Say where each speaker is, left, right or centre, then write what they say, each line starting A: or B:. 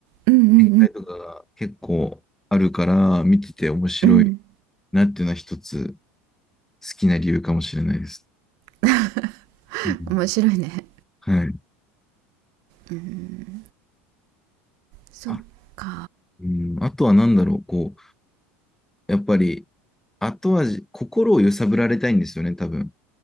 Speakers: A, on the right; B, in the centre.
A: うんうん
B: 展開とかが結構あるから、見てて面白い
A: うんうんうん
B: なっていうのは一つ好きな理由かもしれないです。
A: <laughs>
B: うん、
A: 面白いね
B: はい。
A: うんそっか
B: あ、うん、あとは何だろう、こう、やっぱり後味、心を揺さぶられたいんですよね、多分。